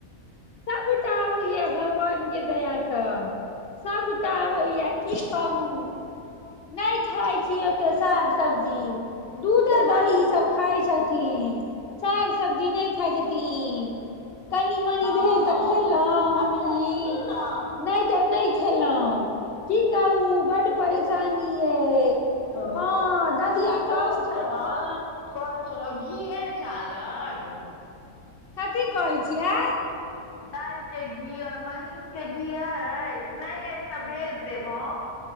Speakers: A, on the left; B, on the left.
A: सबटा होइया भगवान के दया सँ सबटा होइया की कहू नहि खाय छी ओते साग सब्जी दूधे
B: बौआ
A: दही
B: कोन
A: ई सब खाय छथिन साग सब्जी नहि खाय छथिन कनि मनि
B: हँ
A: भेल तऽ
B: हँ
A: खेलहुँ हमहीं
B: अच्छा सुनू ने
A: नहि तऽ नहि खेलहुं की कहू बड्ड परेशानी यै
B: हेलो
A: हँ ददिया साउस
B: कहै
A: छथि
B: छलहुँ
A: न
B: कहै छलहुं घी अछि अहां लग
A: कथी कहै छियै
B: गाय के घी और महींष के घी अछि नहि अछि त भेज देब हम